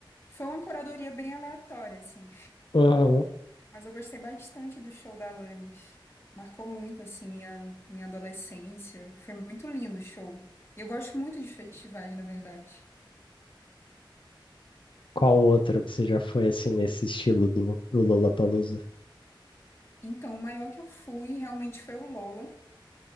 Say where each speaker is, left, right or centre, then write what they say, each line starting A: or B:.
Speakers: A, on the left (about 30°); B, on the left (about 75°).
A: Foi uma curadoria bem aleatória, assim.
B: Uhum.
A: Mas eu gostei bastante do show da Alanis. Marcou muito, assim, minha, minha adolescência. Foi muito lindo o show. E eu gosto muito de festivais, na verdade.
B: Qual outro que você já foi assim nesse estilo do, do Lollapalooza?
A: Então, o maior que eu fui realmente foi o Lola,